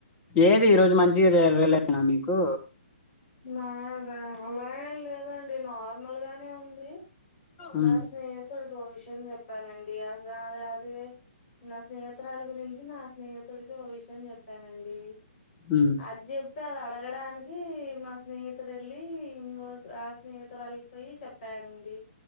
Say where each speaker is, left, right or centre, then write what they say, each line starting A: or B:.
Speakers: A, on the left; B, on the left.
A: ఏది ఈ రోజు మంచి జవజర వేలనా మీకు
B: నా అలా లేదండి నార్మల్ మల్గానే ఉంది
A: ఉమ్,
B: నా స్నేహిత్ మీకో విషయం చెప్పాలండిహ్మ్ అస అది నా స్నేహితురాలి గురించి నా స్నేహితుడికి ఓ విషయం చెప్పానండి
A: ఉమ్,
B: ఆజ్ చూప్బుతే తదా అడగడానికి మా స్నేహితుడు వెళ్ళి ఇంకో ఆ స్నేహితురాలిపోయి చెప్పాడండి